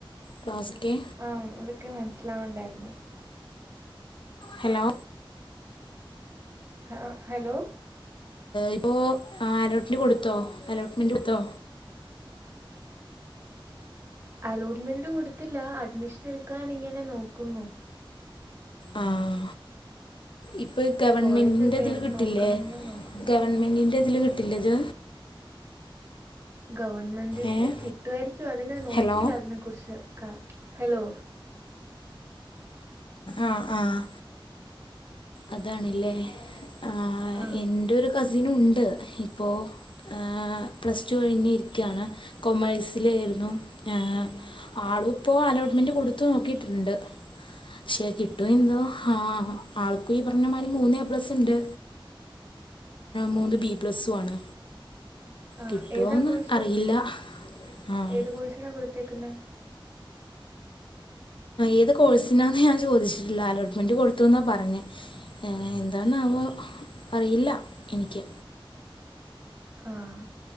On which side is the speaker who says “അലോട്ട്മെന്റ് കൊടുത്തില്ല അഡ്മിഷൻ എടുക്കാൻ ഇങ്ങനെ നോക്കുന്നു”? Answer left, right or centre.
Right